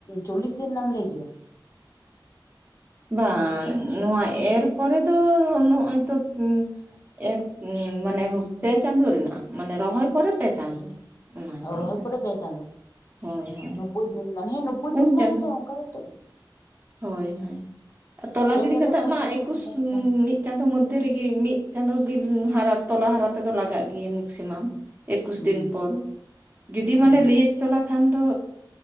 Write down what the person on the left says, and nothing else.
ᱪᱚᱞᱞᱤᱥ ᱫᱤᱱ ᱨᱮᱱᱟᱜ ᱮᱢ ᱞᱟᱹᱭ ᱠᱮᱫᱟ?
ᱚ
ᱨᱚᱦᱚᱭ
ᱯᱚᱨᱮ ᱯᱮ ᱪᱟᱸᱫᱳ
ᱱᱳᱵᱽ ᱳᱭ ᱫᱤᱱ ᱜᱟᱱ, ᱦᱮᱸ ᱱᱳᱵᱽ ᱵᱚᱭ
ᱫᱤᱱ ᱨᱮᱱᱟᱜ
ᱡᱮᱛᱮ ᱚᱸᱠᱟ ᱜᱮ ᱛᱚ᱾
ᱯᱮ
ᱪᱟᱸᱫᱳ
ᱯᱩᱱ
ᱪᱟᱸᱫᱳ
ᱱᱚᱝᱠᱟ ᱜᱮ ᱛᱟᱦᱮᱱᱟ
ᱦᱩᱸ
ᱦᱩᱸ